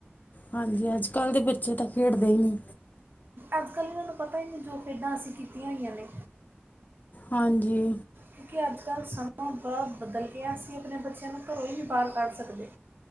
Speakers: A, on the left; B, on the right.
A: ਹਾਂਜੀ, ਅੱਜ ਕੱਲ੍ਹ ਦੇ ਬੱਚੇ ਤਾਂ ਖੇਡਦੇ ਹੀ ਨਹੀਂ।
B: ਅੱਜ ਕੱਲ੍ਹ ਇਹਨਾਂ ਨੂੰ ਪਤਾ ਹੀ ਨਹੀਂ, ਜੋ ਖੇਡਾਂ ਅਸੀਂ ਕੀਤੀਆਂ ਹੋਈਆਂ ਨੇ।
A: ਹਾਂਜੀ।
B: ਕਿਉਂਕਿ ਅੱਜ ਕੱਲ੍ਹ ਸਮਾਂ ਬੜਾ ਬਦਲ ਗਿਆ। ਅਸੀਂ ਆਪਣੇ ਬੱਚਿਆਂ ਨੂੰ ਘਰੋਂ ਹੀ ਨਹੀਂ ਬਾਹਰ ਕੱਢ ਸਕਦੇ।